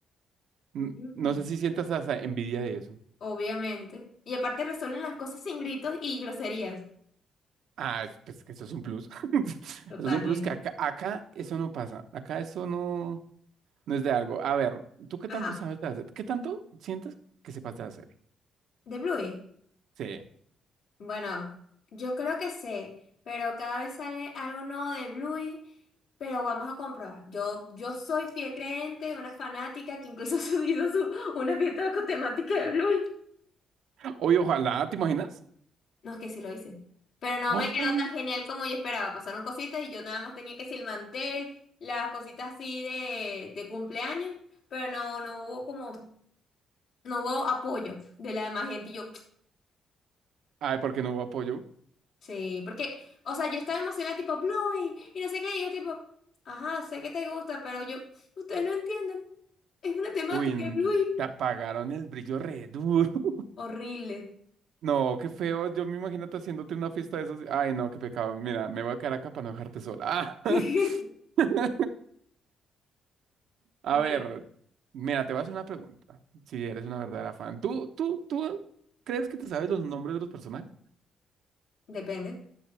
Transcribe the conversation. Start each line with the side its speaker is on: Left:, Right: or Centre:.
Right: N-
Left: Mm.
Right: No sé si sientas hasta envidia de eso.
Left: Obviamente. Y aparte resuelven las cosas sin gritos y groserías.
Right: Ah, es- pues que eso es un plus. <laughs>
Left: Totalmente.
Right: Eso es un plus que acá, acá eso no pasa. Acá eso no, no es de algo. A ver, ¿tú qué
Left: Ajá.
Right: tanto sabes de hacer? ¿Qué tanto sientes que sepas de hacer?
Left: De Bluey.
Right: Sí.
Left: Bueno, yo creo que sé, pero cada vez sale algo nuevo de Bluey, pero vamos a comprobar. Yo, yo soy fiel creyente, una fanática que incluso <laughs> hizo su, una fiesta con temática de Bluey.
Right: Oye, ojalá, ¿te imaginas?
Left: No, es que sí lo hice. Pero no
Right: Ay.
Left: me quedó tan genial como yo esperaba. Pasaron cositas y yo nada más tenía que decir el mantel, las cositas así de, de cumpleaños, pero no, no hubo como... no hubo apoyo de la demás gente. Y yo,
Right: Ay, porque no hubo apoyo.
Left: <tsk> sí, porque, o sea, yo estaba emocionada, tipo, Bluey, y no sé qué, y es tipo, ajá, sé que te gusta, pero yo, ustedes no entienden, es una temática
Right: Uy, en-
Left: de Bluey
Right: te apagaron el brillo re duro. <laughs>
Left: horrible.
Right: No, qué feo. Yo me imagino te haciéndote una fiesta de esos. Ay, no, qué pecado. Mira, me voy a quedar acá para no dejarte sola.
Left: <laughs>
Right: Ah, <laughs> A
Left: Vale,
Right: ver, mira, te voy a hacer una pregunta. Si eres una verdadera fan. ¿Tú, tú, tú crees que te sabes los nombres de los personajes?
Left: depende.